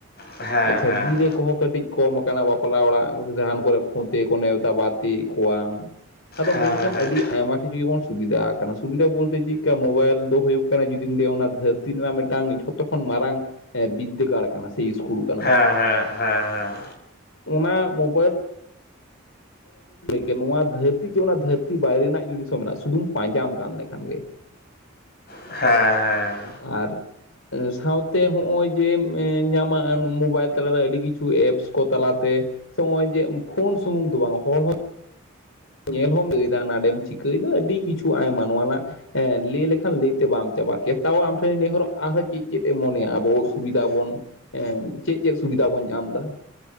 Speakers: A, on the left; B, on the left.
A: ᱦᱮᱸ
B: ᱟᱪᱪᱷᱟ
A: ᱦᱮᱸ
B: ᱜᱤᱨᱟᱹ ᱠᱚᱦᱚᱸ ᱠᱟᱹᱴᱤᱡ ᱠᱚᱢ ᱟᱠᱟᱱᱟ ᱵᱟᱯᱞᱟ ᱚᱲᱟᱜ ᱡᱟᱦᱟᱸᱱ ᱠᱚᱨᱮ ᱯᱷᱳᱱ ᱛᱮᱜᱮ ᱠᱚ ᱱᱮᱣᱛᱟ ᱵᱟᱨᱛᱤᱭᱮᱜ ᱠᱚᱣᱟᱢ, ᱟᱫᱚ
A: ᱦᱮᱸ
B: ᱢᱮᱱᱠᱷᱟᱱ
A: ᱦᱮᱸ
B: ᱟᱹᱰᱤ ᱟᱭᱢᱟ ᱠᱤᱪᱷᱩ ᱜᱮ ᱵᱚᱱ ᱥᱩᱵᱤᱫᱟ ᱟᱠᱟᱱᱟ᱾ ᱥᱩᱵᱤᱫᱷᱟ ᱵᱚᱞᱛᱮ ᱪᱮᱫᱠᱟ ᱢᱳᱵᱟᱭᱤᱞ ᱫᱚ ᱦᱩᱭᱩᱜ ᱠᱟᱱᱟ ᱡᱩᱫᱤᱢ ᱞᱟᱹᱭᱟ ᱚᱱᱟ ᱫᱷᱟᱹᱨᱛᱤ ᱨᱮᱱᱟᱜ ᱢᱤᱫᱴᱟᱝ ᱡᱷᱚᱛᱚ ᱠᱷᱚᱱ ᱢᱟᱨᱟᱝ ᱮᱸ ᱵᱤᱫᱽᱫᱟᱹᱜᱟᱲ ᱠᱟᱱᱟ ᱥᱮ ᱤᱥᱠᱩᱞ ᱠᱟᱱᱟ᱾
A: <unintelligible> ᱦᱮᱸ ᱦᱮᱸ᱾
B: ᱚᱱᱟ ᱢᱳᱵᱟᱭᱤᱞ <inaudible> ᱱᱚᱣᱟ ᱫᱷᱟᱹᱨᱛᱤ ᱪᱮᱜ ᱚᱱᱟ ᱫᱷᱟᱹᱨᱛᱤ ᱵᱟᱭᱨᱮ ᱨᱮᱱᱟᱜ ᱡᱤᱱᱤᱥ ᱦᱚᱸ ᱢᱮᱱᱟᱜᱼᱟ ᱥᱩᱫᱩᱢ ᱯᱟᱸᱡᱟᱢ ᱜᱟᱱ ᱞᱮᱠᱷᱟᱱ ᱜᱮ᱾
A: ᱦᱮᱸ ᱦᱮᱸ᱾
B: ᱟᱨ ᱥᱟᱶᱛᱮ ᱦᱚᱸᱜᱼᱚᱭ ᱡᱮᱢ ᱧᱟᱢᱟ ᱢᱳᱵᱟᱭᱤᱞ ᱛᱟᱞᱟᱛᱮ ᱟᱹᱰᱤ ᱠᱤᱪᱷᱩ ᱮᱯᱥ ᱠᱚ ᱛᱟᱞᱟᱛᱮ, ᱥᱚᱢᱚᱭ ᱡᱮᱢ ᱯᱷᱳᱱ ᱥᱩᱢᱩᱝ ᱫᱚ ᱵᱟᱝ ᱦᱚᱲ ᱦᱚᱸ ᱧᱮᱞ ᱦᱚᱸᱢ ᱞᱟᱹᱭᱫᱟ ᱱᱟᱰᱮᱢ ᱪᱤᱠᱟᱹᱭᱮᱫᱟ ᱟᱹᱰᱤ ᱠᱤᱪᱷᱩ ᱟᱭᱢᱟ ᱱᱚᱣᱟ ᱨᱮᱱᱟᱜ ᱦᱮᱸ ᱞᱟᱹᱭ ᱞᱮᱠᱷᱟᱱ ᱞᱟᱹᱭᱛᱮ ᱵᱟᱢ ᱪᱟᱵᱟ ᱠᱮᱭᱟ, ᱛᱟᱣ ᱟᱢ ᱴᱷᱮᱱᱤᱧ ᱱᱮᱦᱚᱨᱚᱜ ᱟᱨᱦᱚᱸ ᱪᱮᱫ ᱪᱮᱫ ᱮᱢ ᱢᱚᱱᱮᱭᱟ ᱟᱵᱚ ᱥᱩᱵᱤᱫᱷᱟ ᱵᱚᱱ ᱦᱮᱸ ᱪᱮᱫ ᱪᱮᱫ ᱥᱩᱵᱤᱫᱷᱟ ᱵᱚᱱ ᱧᱟᱢᱫᱟ᱾